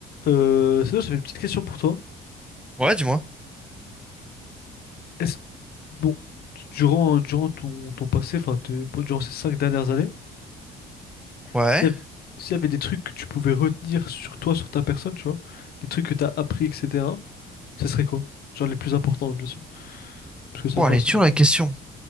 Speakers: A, on the left; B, in the centre.
A: Euh, sinon, j'avais une petite question pour toi.
B: Ouais, dis-moi.
A: Est-ce bon, durant, durant ton, ton passé, enfin, te- durant ces cinq dernières années,
B: Ouais.
A: s'il y avait, s'il y avait des trucs que tu pouvais retenir sur toi, sur ta personne, tu vois, des trucs que t'as appris, etc., ce serait quoi? Genre les plus importants, bien sûr, parce que 5
B: Oh, elle
A: ans,
B: est
A: c'est
B: dure
A: long.
B: la
A: quand même.
B: question.